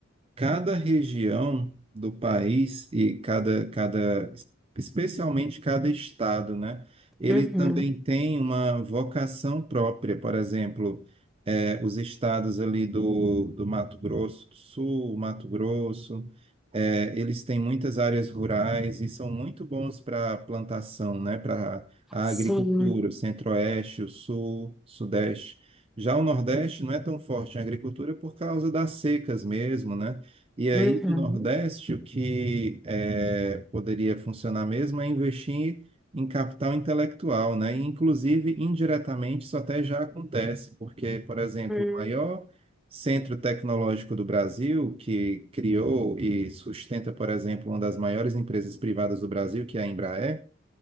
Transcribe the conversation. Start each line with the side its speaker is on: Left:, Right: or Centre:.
Right: Cada região do país e cada, cada, especialmente cada estado, né? Ele
Centre: Uhum.
Right: também tem uma vocação própria. Por exemplo, eh, os estados ali do, do Mato Grosso do Sul, Mato Grosso, eh, eles têm muitas áreas rurais e são muito bons para plantação, né? Para a
Centre: Sim.
Right: agricultura, o Centro-Oeste, o Sul, Sudeste. Já o Nordeste não é tão forte em agricultura por causa das secas mesmo, né? E aí,
Centre: Uhum.
Right: no Nordeste, o que eh, poderia funcionar mesmo é investir em capital intelectual, né? E, inclusive, indiretamente, isso até já acontece, porque, por exemplo,
Centre: Hum.
Right: o maior centro tecnológico do Brasil, que criou e sustenta, por exemplo, uma das maiores empresas privadas do Brasil, que é a Embraer,